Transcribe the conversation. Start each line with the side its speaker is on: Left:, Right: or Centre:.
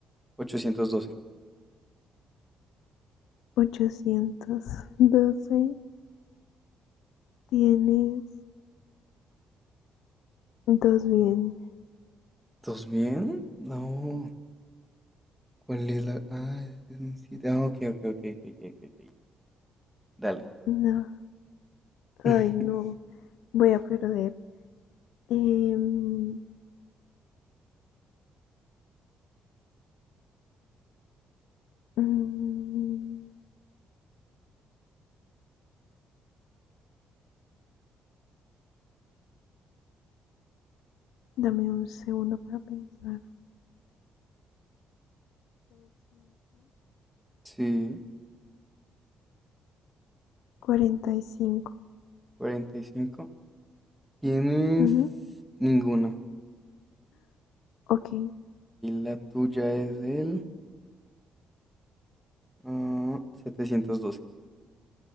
Centre: ochocientos doce
Left: Ochocientos doce tienes Dos bien.
Centre: ¿Estás bien? No. ¿Cuál es la...? Ah, es un 7. Ah, ok, ok, ok, ok, ok, ok, ok. Dale.
Left: No. Ay,
Centre: <laughs>
Left: no. Voy a perder. Em, mm, dame un segundo para pensar.
Centre: Sí,
Left: 345.
Centre: 45. Tienes
Left: Ujú.
Centre: ninguna. Ok,
Left: Ok.
Centre: la tuya es el ah, 712.